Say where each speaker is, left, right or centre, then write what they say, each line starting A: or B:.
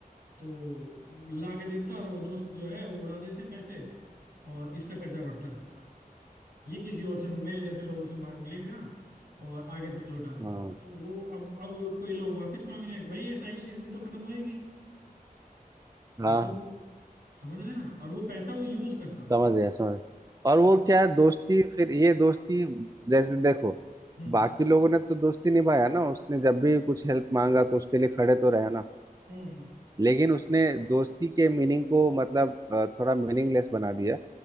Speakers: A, on the right; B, on the right.
A: तो ला के दे देता और वो दोस्त जो है वो उड़ा देते पैसे और इसका कर्जा बढ़ता रहता ये किसी और से मेरे जैसे लोगों से मांग लेगा और आगे द- लौटा नहीं
B: हाँ
A: पाता तो वो अब अब वो कोई लोग वापस मांग रहे हैं भाई ये साइकिल किसी दिन तो खत्म होएगी क्योंकि
B: हाँ
A: वो समझ रहे हैं ना और वो पैसा वो यूज करता था
B: समझ गया समझ गया। और वो
A: अगर
B: क्या है, दोस्ती फिर ये दोस्ती जैसे देखो
A: हम्म
B: बाकी लोगों ने तो दोस्ती निभाया ना उसने जब भी कुछ हेल्प मांगा तो उसके लिए खड़े तो रहे ना
A: हम्म हम्म
B: लेकिन उसने दोस्ती के मीनिंग को मतलब अ, थोड़ा मीनिंगलेस बना दिया